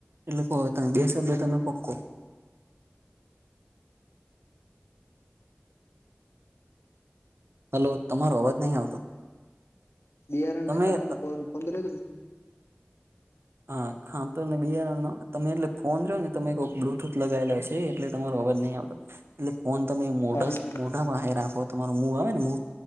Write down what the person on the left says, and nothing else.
બિયારણ
ના ખાતા ફોન <unintelligible> કર્યો
કાઢી